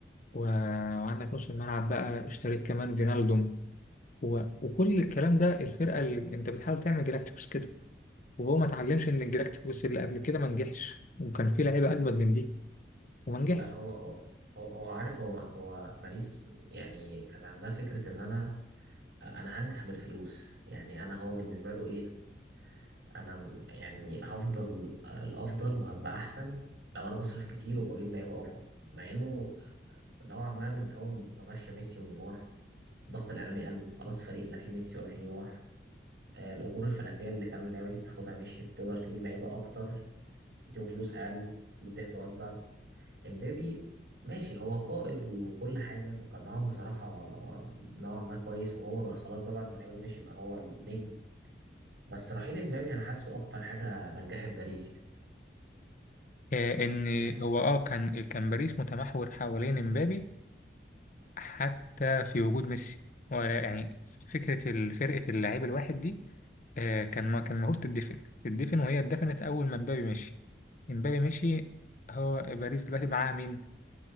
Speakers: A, on the left (about 45°); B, on the right (about 85°).
A: و- وعندك نص الملعب بقى اشتريت كمان فينالدوم و... وكل الكلام ده الفرقة اللي انت بتحاول تعمل جلاكتيكوس كده وهو ما اتعلمش ان الجلاكتيكوس اللي قبل كده ما نجحش وكان في لعيبة اجمد من دي وما نجحش
B: لا هو هو هو هو عارف هو هو باريس يعني كان عندها فكره ان انا انا هنجح بالفلوس يعني انا هو بالنسبه له ايه انا م- يعني هفضل آه، الافضل وهبقى احسن لو انا بصرف كتير وبجيب لعيبه افضل مع انه نوعا ما من اول ما مشى ميسي ونيمار الضغط الاعلامي قل خلاص فريق لا فيه ميسي ولا فيه نيمار آه، الاجور الفلكيه اللي كان اللعيبه دي بتاخدها مشيت تقدر تجيب لعيبه اكتر تديهم فلوس اقل الفلوس دي هتتوزع امبابي ماشي هو قائد وكل حاجه وكان معاهم بصراحه نوعا ما كويس وهو بقى خلاص بقى بعد ما اللعيبه دي مشيت بقى هو النجم بس رحيل امبابي انا حاسه اكتر حاجه نجحت باريس يعني
A: آه، ان
B: يعني
A: هو اه كان كان باريس متمحور حوالين امبابي حتى في وجود ميسي ولا يعني فكرة ال- فرقة اللاعب الواحد دي آه، كان ما كان المفروض تدفن تدفن وهي اتدفنت أول ما مبابي مشي مبابي مشي هو باريس دلوقتي معاها مين؟